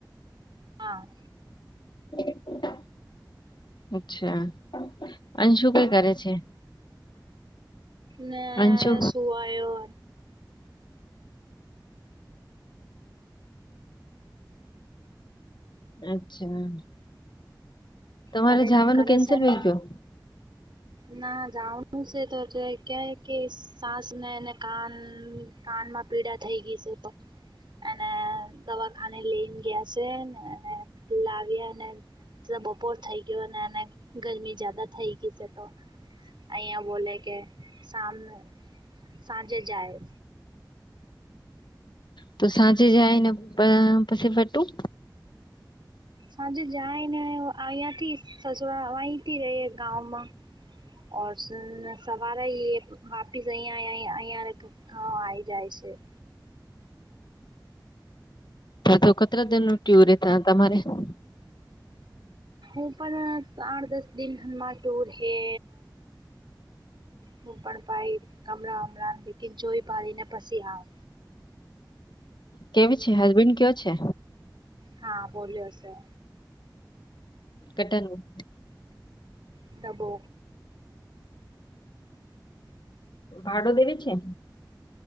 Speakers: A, on the right (about 80°); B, on the left (about 70°).
A: હા.
B: <inaudible> અચ્છા અનશું
A: હમ
B: ભાઈ ઘરે છે.
A: ને
B: અંશુ
A: આ સુુવાયો
B: અચ્છા તમારે
A: પરેશાન
B: જાવાનું
A: કરે
B: કેન્સલ
A: છે ને
B: થઈ ગયો
A: ના જાઉ છે તો ક્યા કે સાસને ને કાન કાનમાં પીડા થઈ ગઈ છે તો એને દવાખાને લઈને ગયા છેને અને લાવ્યાને તો બપોર થઈ ગયો અને અને ગરમી જાદા થઈ ગઈ છે તો અહીંયા બોલે કે શમુ સાંજે જાયે
B: તો સાંજે જાયને પછી ફટું
A: સાંજે જાય ને અહીંયાથી સસુરાલ અહીંથી જઈએ ગાવમાં ઓડસન સવારે વાપી અહીંયા અહીંયા હા આઈ જાય છે.
B: <unintelligible>
A: ઉપર આઠ દસ દિન હર ટૂર હૈ હું પણ ભાઈ કમળ અમળને લેકીન જોઈ ભાલી ને પછી આવ
B: કેવી છે હસબેન્ડ કયો છે
A: હા બોલ્યો સર
B: કેટનું
A: ડબો
B: ભાડો દેવી છે.